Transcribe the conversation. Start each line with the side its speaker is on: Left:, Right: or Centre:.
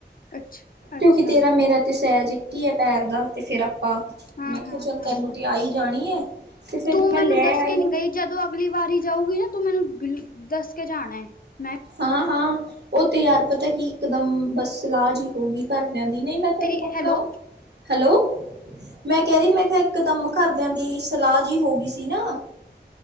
Left: ਅੱਛਾ ਅੱਛਾ
Right: ਕਿਉਂਕਿ ਤੇਰਾ ਮੇਰਾ ਤੇ ਸਹਿਜ ਇੱਕ ਹੀ ਹੈ ਪੈਰ ਦਾ ਤੇ ਫੇਰ ਆਪਾਂ
Left: ਹਾਂ
Right: ਮੈਂ ਕਿਹਾ
Left: ਹਾਂ
Right: ਚੱਲ
Left: ਹਾਂ
Right: ਤੈਨੂੰ
Left: ਹਾਂ
Right: ਤੇ ਆਈ ਜਾਣੀ ਤੇ ਫਿਰ
Left: ਤੂੰ ਮੈਨੂੰ
Right: ਮੈਂ ਲੈ
Left: ਦੱਸ ਕੇ
Right: ਆਈ
Left: ਨੀ ਗਈ ਜਦੋਂ ਅਗਲੀ ਵਾਰੀ ਜਾਊਗੀ ਨਾ ਤੂੰ ਮੈਨੂੰ ਬਿਲ ਦੱਸ ਕੇ ਜਾਣਾ ਹੈ ਮੈਂ
Right: ਹਾਂ ਹਾਂ ਉਹ ਤੇ ਯਾਰ ਪਤਾ ਕੀ ਇਕਦਮ ਬਸ ਸਲਾਹ ਜਿ ਹੋਗੀ ਘਰਦਿਆਂ ਦੀ ਨਹੀਂ ਮੈਂ ਤੈਨੂੰ
Left: ਤੇਰੀ
Right: ਪੱਕਾ
Left: ਹੈਲੋ
Right: ਹੈਲੋ ਮੈਂ ਕਹਿ ਰਹੀ ਮੈਂ ਕਿਹਾ ਇੱਕ ਦਮ ਘਰਦਿਆਂ ਦੀ ਸਲਾਹ ਜਿਹੀ ਹੋ ਗਈ ਸੀ ਨਾ